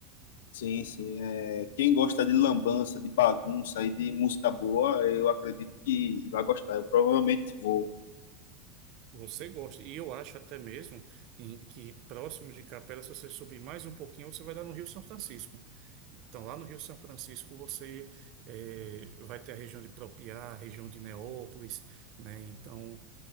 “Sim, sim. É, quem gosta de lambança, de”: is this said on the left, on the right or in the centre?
Left